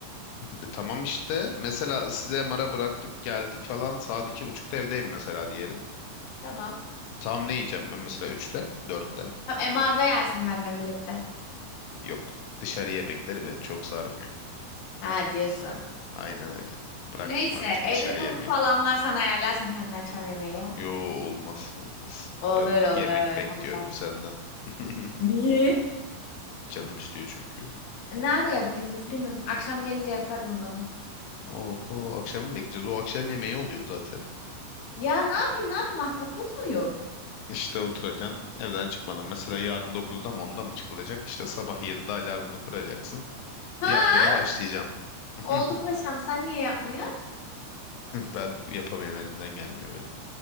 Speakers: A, on the left; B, on the left.
A: E, tamam işte mesela size mara bıraktık geldik falan saat iki buçukta evdeyim mesela diyelim.
B: Tamam.
A: E, tam ne yiyeceğim ben mesela üçte dörtte?
B: Tam MR'da yersin benimle birlikte.
A: Yok dışarı yemekleri beni çok sarmıyor.
B: Ha diyorsun.
A: Aynen öyle. Bıraktım
B: Neyse
A: artık
B: evde
A: dışarı
B: tavuk
A: yemeğini.
B: falan var sen ayarlarsın kendi akşam yemeği ya.
A: Yo olmaz olmaz.
B: Olur
A: Ben
B: olur
A: yemek bekliyorum
B: halledersin.
A: senden. <laughs>
B: Niye?
A: Canım istiyor çünkü.
B: E, Ne ara yapayım üzgünüm. Akşam gelince yaparım o zaman.
A: Oho akşam mı bekleyeceğiz? O akşam yemeği oluyor zaten.
B: Ya ne yapayım ne yapayım ahtapot muyum?
A: İşte oturacaksın. Evden çıkmadan. Mesela yarın 9'da mı 10'da mı çıkılacak? İşte sabah 7'de alarmını kuracaksın.
B: Ha?
A: Yapmaya başlayacağım. <laughs>
B: Oldu paşam sen niye yapmıyorsun?
A: Ben yapamıyorum elimden gelmiyor benim.